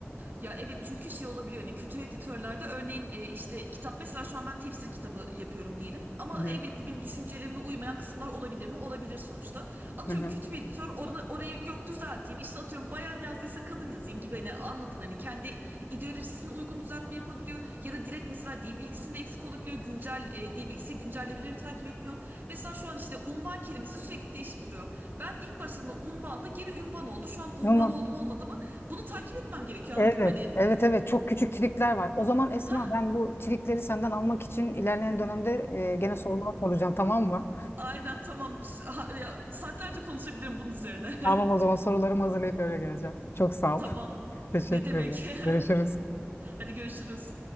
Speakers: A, on the right; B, on the left.
A: Ya evet çünkü şey olabiliyor hani kötü editörlerde örneğin e, işte kitap mesela şu an ben tefsir kitabı yapıyorum diyelim ama
B: Hı hı.
A: elbette benim düşüncelerime uymayan kısımlar olabilir mi? Olabilir sonuçta. Atıyorum
B: hı hı.
A: kötü bir editör orada, orayı yok düzelteyim işte atıyorum bayan yazdıysa kadın yazayım gibi hani anladın hani kendi ideolojisine uygun düzeltme yapabiliyor ya da direkt mesela dil bilgisinde eksik olabiliyor güncel e, dil bilgisi güncellemelerini takip etmiyor. Mesela şu an işte unvan kelimesi sürekli değişip duruyor. Ben ilk başladığımda unvandı geri ünvan oldu şu an unvan
B: Ama
A: oldum olmadım bunu takip etmem gerekiyor
B: Evet,
A: anladın mı? Hani
B: evet, evet. Çok küçük trikler var. O zaman Esma,
A: ha
B: ben bu trikleri senden almak için ilerleyen dönemde e, gene sorular soracağım, tamam mı?
A: aynen tamam Ha, ya, saatlerce konuşabilirim bunun üzerine.
B: Tamam, o zaman sorularımı hazırlayıp öyle geleceğim. Çok
A: <laughs>
B: sağ ol.
A: Tamam
B: <laughs> Teşekkürler.
A: ne demek?
B: Görüşürüz.
A: <laughs> Hadi görüşürüz.